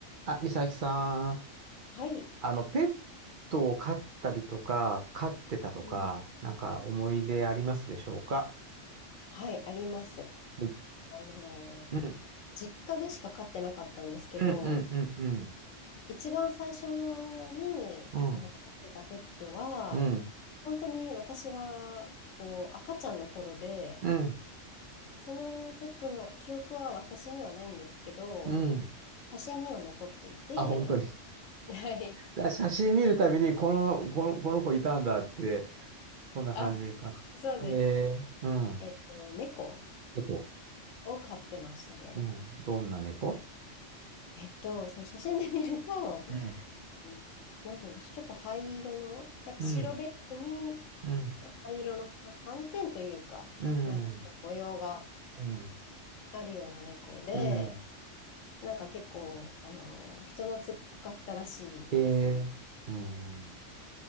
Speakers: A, on the right (about 50°); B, on the left (about 85°).
A: あ、美咲さん、
B: はい。
A: あの、ペットを飼ったりとか、飼ってたとか、
B: うん。
A: なんか思い出ありますでしょうか
B: はい、あります。
A: はい。
B: あのー実家でしか飼ってなかったんですけど、
A: うん。うん、うん、うん、うん。
B: 一番最初にあの飼ってたペットは、
A: うん、うん、
B: 本当に私がこう赤ちゃんの頃で、
A: うん、
B: そのペットの記憶は私にはないんですけど、
A: うん。
B: 写真には残っていて、
A: あ、本当に。
B: はい。
A: だ写真見るたびに、この、この、この子いたんだって、そんな感じか
B: あ、そうです。
A: な。えー、うん。
B: えっと、猫
A: 猫。
B: を飼ってましたね。
A: うん。どんな猫
B: えっと、その写真で見ると、
A: うん、
B: えーなんて言うんでしょう、ちょっと灰色の、なんか白ベースに
A: うん、うん、
B: 灰色のは斑点というか、
A: うん、
B: なんかこう模様が
A: うん、
B: あるような猫で、
A: うん。
B: なんか結構、あの、人懐っこかったらしいですね。
A: えー、うん。